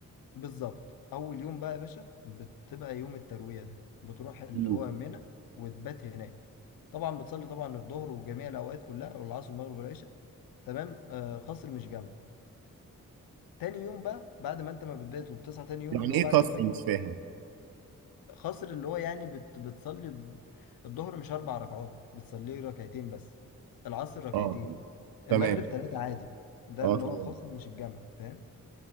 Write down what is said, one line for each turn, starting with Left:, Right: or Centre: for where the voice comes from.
Left: بالظبط أول يوم بقى يا باشا بتبقى يوم التروية ده بتروح اللي
Right: مم.
Left: هو منى وتبات هناك طبعا بتصلي طبعا الظهر وجميع الأوقات كلها والعصر والمغرب والعشاء تمام آه خصر مش جمع تاني يوم بقى بعد ما انت ما بتبات وبتصحى تاني يوم
Right: يعني
Left: اللي
Right: ايه
Left: هو بعد
Right: قصر
Left: الفجر
Right: مش فاهم
Left: خصر اللي هو يعني بت بتصلي الض- الظهر مش اربع ركعات بتصلي ركعتين بس العصر ركعتين
Right: اه تمام
Left: المغرب ثلاثة عادي ده
Right: اه
Left: اللي
Right: تمام
Left: هو الخصر مش الجمع فاهم